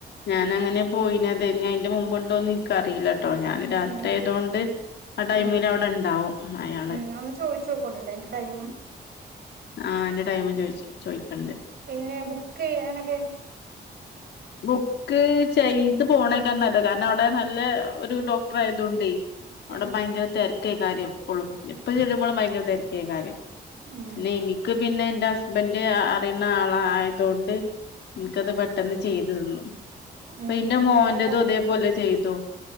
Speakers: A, on the left; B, on the right.
A: ഞാന അങ്ങനെ പോയിന അതിന്റെ മുമ്പുണ്ടോന്ന് നക്ക് അറിയില്ല. കേട്ടോ ഞാന് രാത്രി
B: ഉം
A: ആയതൊണ്ട് ആ ടൈമില്
B: ഉം
A: അവിടെ ഉണ്ടാവും അയാള്.
B: ഉം ഒന്ന് ചോദിച്ചു നോക്കോണ്ടിട്ടോ എന്റെ ടൈം
A: ആ എന്റെ ടൈമ് ചോയിച് ചോയിക്കണ്ട്
B: പിന്നെ ബുക്ക് ചെയ്യാനൊക്കെ
A: ബുക്ക് ചെയ്തു പോണേക്കാണ് നല്ലത് കാരണം അവിടെ നല്ല ഒരു ഡോക്ടർ ആയതൊണ്ടെ അവിടെ
B: ഉം
A: ഭയങ്കര തെര ക്കേക്കാരും എപ്പൊഴും എപ്പ ചെല്ലുമ്പോളും
B: ഉം
A: ഭയങ്കര തെരക്കേക്കാരും
B: ഉം
A: പിന്നെ എനിക്ക് പിന്നെ എന്റ ഹസ്ബന്റ് അറിയുന്ന ആള് ആയതുകൊണ്ട് എനിക്കത് പെ ചെയ്തു തന്നു. ഇപ്പൊ
B: ഉം
A: ഇന്റെ
B: എന്നാ
A: മോന്റതും
B: വേണ്ട
A: ഇതേപോലെ ചെയ് തു.